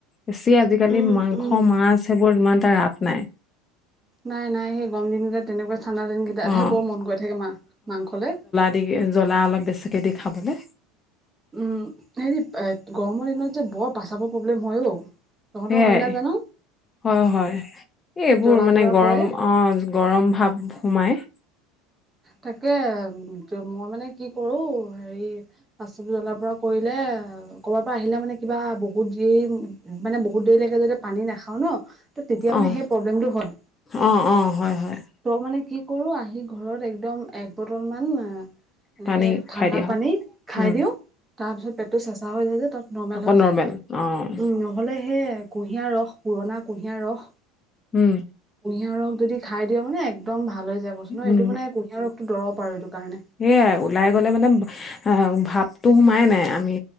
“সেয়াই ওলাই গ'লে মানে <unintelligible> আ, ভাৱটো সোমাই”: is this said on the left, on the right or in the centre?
Left